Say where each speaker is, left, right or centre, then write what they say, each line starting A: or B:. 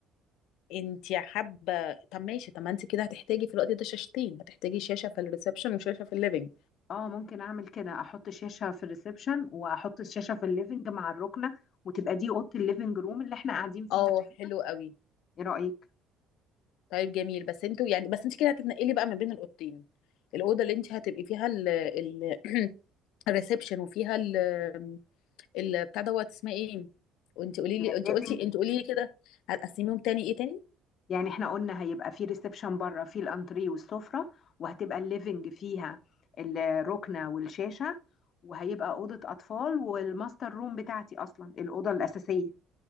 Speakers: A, on the left (about 75°); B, on the left (about 45°).
A: انت حابه طب ماشي طب ما انت كده هتحتاجي في الوقت ده شاشتين هتحتاجي شاشه في الريسبشن وشاشه في الليفينج
B: اه ممكن اعمل كده احط شاشة في الريسبشن واحط الشاشة في الليفنج مع الركنة وتبقى دي اوضة الليفنج روم اللي احنا قاعدين فيها
A: اه
B: دايما
A: حلو قوي
B: ايه رأيك
A: طيب جميل بس انتوا يعني بس انت كده هتتنقلي بقى ما بين الاوضتين الاوضه اللي انت هتبقي فيها ال ال <clears throat> الريسبشن وفيها ال- بتاع دوت اسمها ايه وانت قولي لي انت
B: الليفنج
A: قلتي انت قولي لي كده هتقسميهم تاني ايه تاني
B: يعني احنا قلنا هيبقى في ريسبشن بره في الانتري والسفرة وهتبقى الليفنج فيها الركنة والشاشة وهيبقى أوضة أطفال والماستر روم بتاعتي أصلا الأوضة الأساسية